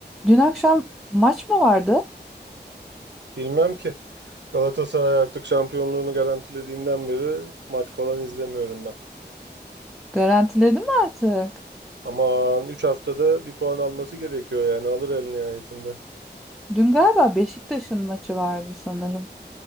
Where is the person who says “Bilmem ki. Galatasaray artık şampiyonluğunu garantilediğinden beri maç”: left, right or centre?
Right